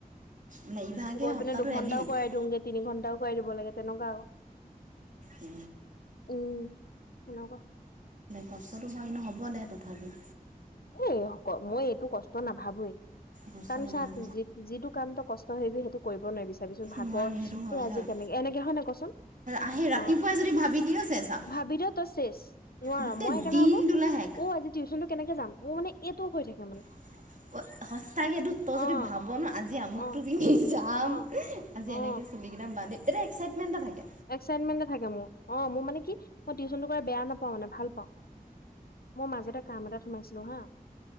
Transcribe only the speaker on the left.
গৈ
পিনে দুঘন্টাও
কৰাই দিওঁগে তিনি ঘন্টাও কৰাই দিব লাগে। তেনেকুৱা আক
উম এনেকুৱা।
এই মই এইটো কষ্ট নাভাবোয়েই
কাৰণ
চাওক যিটো কামটো কষ্ট। ত সেইবুলি সেইটো কৰিব নোৱাৰবিচাৰিচোন ভাগৰ
এই আজি
কেনেকে এনেকে হয় নে কচোন।
অ
ভাবি থ তই চেষ নোৱাৰ
মই সেইকানে
ভাবোঁ।
অ আজি টিউচনটো কেনেকে যাম মোৰ মানে এইটোও হৈ থাকে মানে।
অ
অ
অ
অ
এক্সাইটমেণ্ট থাকে মোৰ অ মোৰ মানে কি? মই টিউশচনটো কৰা বেয়া নাপাওঁ মানে ভাল পাওঁ মই মাজতে কাম এটাত সোমাইছিলোঁ হা